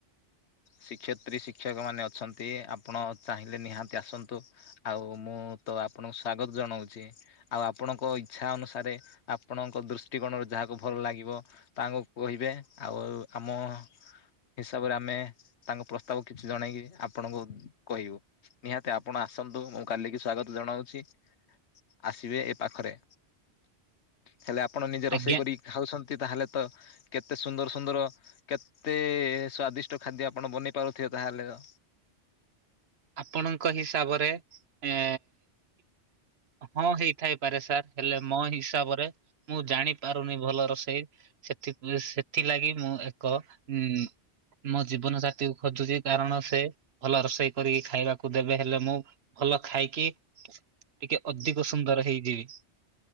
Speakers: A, on the left; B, on the right.
A: ଶିକ୍ଷୟତ୍ରୀ ଶିକ୍ଷକମାନେ ଅଛନ୍ତି ଆପଣ ଚାହିଁଲେ ନିହାତି ଆସନ୍ତୁ। ଆଉ ମୁଁ ତ ଆପଣଙ୍କୁ ସ୍ଵାଗତ ଜଣାଉଛି। ଆଉ ଆପଣଙ୍କ ଇଚ୍ଛା ଅନୁସାରେ ଆପଣଙ୍କ ଦୃଷ୍ଟିକୋଣରେ ଯାହାକୁ ଭଲ ଲାଗିବ ତାଙ୍କୁ କହିବେ ଆଉ ଆମ ହିସାବରେ ଆମେ ତାଙ୍କ ପ୍ରସ୍ତାବ କିଛି ଜଣେଇକି ଆପଣଙ୍କୁ କହିବୁ। ନିହାତି ଆପଣ ଆସନ୍ତୁ ମୁଁ କାଲିକି ସ୍ଵାଗତ ଜଣାଉଛି ଆସିବେ ଏ ପାଖରେ ହେଲେ ଆପଣ ନିଜେ ରୋଷେଇ
B: ଆଜ୍ଞା
A: କରିକି ଖାଉଛନ୍ତି ତାହେଲେ ତ କେତେ ସୁନ୍ଦର ସୁନ୍ଦର କେତେ ସ୍ଵାଦିଷ୍ଟ ଖାଦ୍ୟ ଆପଣ ବନେଇ ପାରୁଥିବେ ତାହେଲେ ତ
B: ଆପଣଙ୍କ ହିସାବରେ ଏ ହଁ ହେଇଥାଇପାରେ ସାର୍ ହେଲେ, ମୋ ହିସାବରେ ମୁଁ ଜାଣିପାରୁନି ଭଲ ରୋଷେଇ। ସେଥି ସେଥିଲାଗି ମୁଁ ଏକ ଉଁ ମୋ ଜୀବନ ସାଥିକୁ ଖୋଜୁଛି କାରଣ ସେ ଭଲ ରୋଷେଇ କରିକି ଖାଇବାକୁ ଦେବେ ହେଲେ, ମୁଁ ଭଲ ଖାଇକି ଟିକେ ଅଧିକ ସୁନ୍ଦର ହେଇଯିବି।